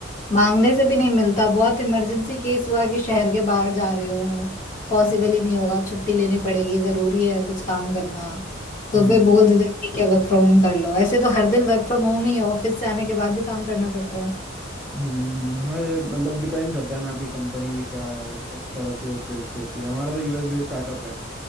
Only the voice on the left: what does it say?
मांगने से भी नहीं मिलता बहुत इमरजेंसी केस हुआ कि शहर के बाहर जा रहे हो पॉसिबल ही नहीं होगा छुट्टी लेनी पड़ेगी जरूरी है कुछ काम करना तो
फिर बोल देते हैं, ठीक है वर्क फ्रॉम होम कर लो ऐसे तो हर दिन वर्क फ्रॉम होम ही ऑफिस से आने के बाद भी काम करना पड़ता है